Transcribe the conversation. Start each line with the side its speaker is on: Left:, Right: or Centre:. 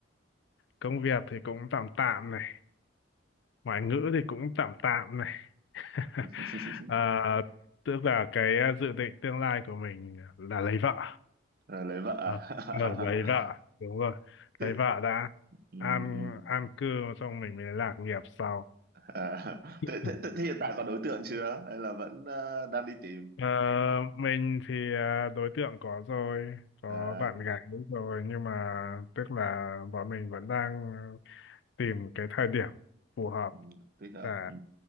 Left: công việc thì cũng tạm tạm này ngoại ngữ thì cũng tạm tạm này <laughs>
Right: <laughs>
Left: Ờ, tức là cái à, dự định tương lai của mình là lấy vợ
Right: Ờ, lấy vợ
Left: Ờ,
Right: à?
Left: ờ, lấy vợ đúng rồi
Right: <laughs>
Left: lấy
Right: thế,
Left: vợ đã
Right: ừ,
Left: an
Right: ừ.
Left: an cư xong mình mới lạc nghiệp sau
Right: À, <laughs> thế,
Left: Ừ.
Right: thế, thế hiện tại có đối tượng chưa hay là vẫn ờ, đang đi tìm
Left: Ờ, mình thì à, đối tượng có rồi có
Right: à,
Left: bạn gái rồi nhưng mà tức là bọn mình vẫn đang tìm cái thời điểm phù hợp
Right: ừ, thích hợp
Left: để
Right: ừ,